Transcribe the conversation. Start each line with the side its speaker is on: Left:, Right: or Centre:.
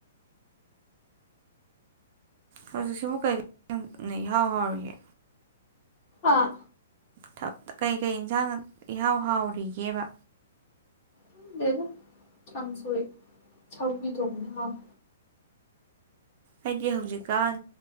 Right: ꯍꯧꯖꯤꯛ ꯁꯤꯕꯨ ꯀꯩ <unintelligible> ꯏꯍꯥꯎ ꯍꯥꯎꯔꯤꯒꯦ
Left: ꯑꯥ
Right: ꯊ ꯇ ꯀꯩꯀꯩ ꯏꯟꯁꯥꯡꯅ ꯏꯍꯥꯎ ꯍꯥꯎꯔꯤꯒꯦꯕ
Left: ꯈꯪꯗꯦꯗ ꯀꯥꯡꯁꯣꯏ ꯁꯧꯒ꯭ꯔꯤ ꯊꯣꯡꯕꯅ ꯍꯥꯎꯏ
Right: ꯑꯩꯗꯤ ꯍꯧꯖꯤꯛꯀꯥꯟ